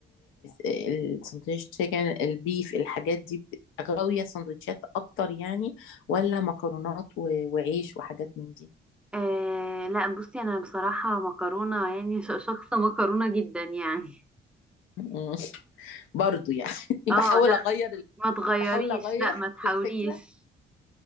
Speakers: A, on the left; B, in the centre.
A: السندوتش تشيكن البيف الحاجات دي ب- غاوية سندوتشات اكتر يعني ولا مكرونات و... وعيش وحاجات من دي
B: آه لا بصي انا بصراحة مكرونة يعني <laughs> ش- شخصة مكرونة جدا يعني
A: مم. برضو يعني <laughs>
B: اه
A: بحاول
B: لا
A: اغير
B: ما تغيريش
A: بحاول اغير
B: لا ما تحاوليش
A: <laughs> الفكره